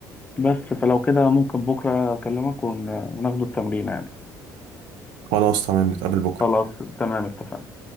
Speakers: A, on the left; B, on the right.
A: بس فلو كده ممكن بكرة أكلمك ون- وناخده التمرين يعني
B: خلاص تمام نتقابل بكره
A: خلاص تمام اتفقنا